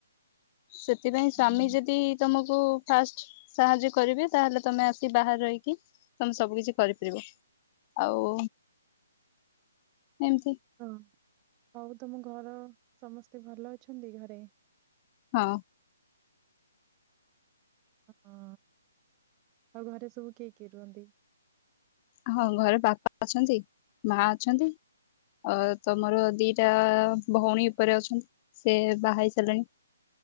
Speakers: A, on the left (about 25°); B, on the right (about 20°).
A: ସେଥିପାଇଁ ସ୍ଵାମୀ
B: ହୁଁ।
A: ଯଦି ତମକୁ ଫାଷ୍ଟ ସାହାଯ୍ୟ କରିବେ, ତାହେଲେ ତମେ ଆସି ବାହାରେ ରହିକି ତମେ ସବୁ କିଛି କରିପାରିବଷ ଆଉ ଏମିତି
B: ହଁ ଆଉ ତମ ଘର ସମସ୍ତେ ଭଲ ଅଛନ୍ତି ଘରେ?
A: ହଁ।
B: ହଁ। ଆଉ ଘରେ ସବୁ କିଏ କିଏ ରୁହନ୍ତି?
A: ହଁ ଘରେ ବାପା ଅଛନ୍ତି, ମା ଅଛନ୍ତି, ଆ ତମର ଦି ଟା ଭଉଣୀ ଉପରେ ଅଛନ୍ତି। ସେ ବାହାର ହେଇ ସାରିଲେଣି।